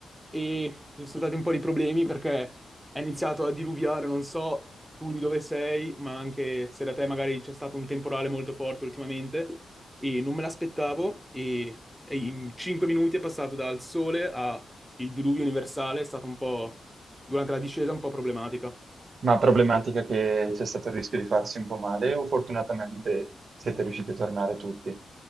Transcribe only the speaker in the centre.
e ci sono stati un po' di problemi perché è iniziato a diluviare, non so tu di dove sei, ma anche se da te magari c'è stato un temporale molto forte ultimamente e non me l'aspettavo e, e in 5 minuti è passato dal sole al diluvio universale, è stata un po' durante la discesa un po' problematica.